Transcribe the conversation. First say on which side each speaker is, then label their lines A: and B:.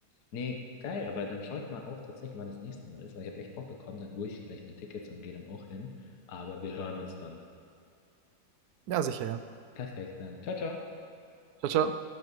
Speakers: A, on the left; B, on the right.
A: Nee, geil, aber dann schaue ich mal auch tatsächlich, wann das nächste Mal ist, weil ich habe echt Bock bekommen, dann hole ich vielleicht mir Tickets und gehe dann auch hin. Aber wir hören uns dann.
B: ja, sicher, ja.
A: Perfekt, dann. Ciao, ciao.
B: Ciao, ciao.